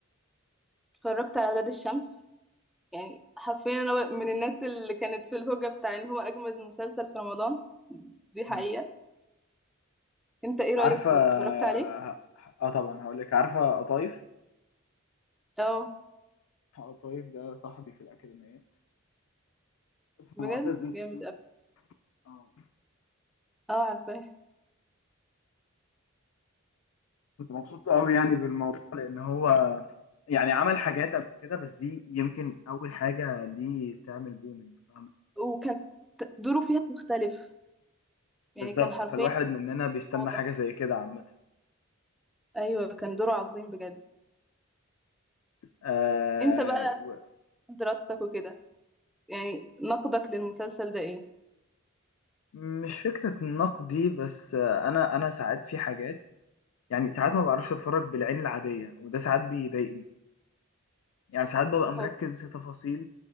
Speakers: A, in the centre; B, on the left.
A: اتفرجت على اولاد الشمس يعني حرفيا انا من الناس اللي كانت في الهوجه بتاع ان هو اجمد مسلسل في رمضان دي حقيقه
B: امم
A: انت ايه رايك
B: عارفه
A: فيه اتفرجت عليه
B: ه- اه طبعا هقول لك عارفه قطايف
A: اه
B: قطايف ده صاحبي في الاكاديميه اسمه
A: بجد
B: معتز هشام
A: جامد أوي.
B: اه
A: اه عارفاه
B: كنت مبسوط قوي يعني بالموضوع لان هو يعني عمل حاجات قبل كده بس دي يمكن اول حاجه دي تعمل بومينج فاهم
A: وكان ت- دوره فيها مختلف يعني
B: بالظبط
A: كان حرفيا
B: فالواحد مننا بيستنى
A: واضح
B: حاجه زي كده عامه
A: ايوه كان دوره عظيم بجد
B: آه
A: انت بقى
B: و-
A: دراستك وكده يعني نقدك للمسلسل ده ايه
B: مش فكره نقدي بس آه، انا انا ساعات في حاجات يعني ساعات ما بعرفش اتفرج بالعين العادية وده ساعات بيضايقني يعني ساعات ببقى مركز
A: هو
B: في تفاصيل